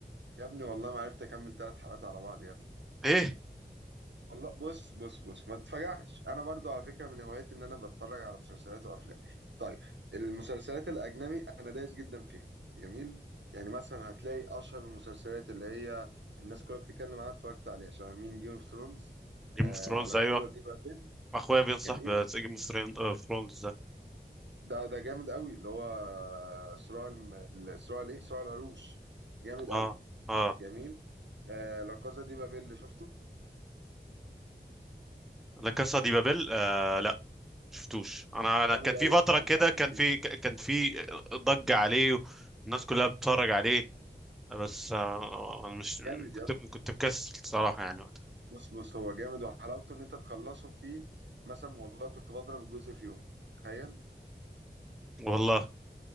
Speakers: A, on the right; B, in the centre.
A: يا ابني والله ما عرفت اكمل ثلاث حلقات على بعض يا ابني
B: ايه
A: والله بص بص بص ما تتفجعش انا برضو على فكره من هواياتي ان انا بتفرج على مسلسلات وافلام طيب المسلسلات الاجنبي انا دايس جدا فيها جميل يعني مثلا هتلاقي اشهر المسلسلات اللي هي الناس كلها بتتكلم عنها اتفرجت عليها شبه مين جيم اوف ثرونز
B: جيم
A: آه
B: اوف ثرونز
A: لا
B: ايوه
A: كوزا دي بابيل
B: اخويا بينصح
A: جميل
B: بجيم اوف ثرونز ده
A: ده ده جامد قوي اللي هو آه، صراع الم- ال- صراع الايه صراع العروش جامد قوي
B: اه اه
A: جميل آه لا كوزا دي بابيل اللي شفته
B: لا كاسا دي بابل آه لا شفتوش انا انا
A: جامد
B: كان في
A: قوي
B: فتره
A: انصحك
B: كده كان
A: بيه
B: في كان في ضجه عليه والناس كلها بتتفرج عليه بس آه، آه، انا مش
A: جامد
B: كنت كنت مكسل صراحة يعني وقتها
A: بص بص هو جامد وحلاوته ان انت تخلصه فيه مثلا والله كنت بضرب الجزء في يوم تخيل
B: والله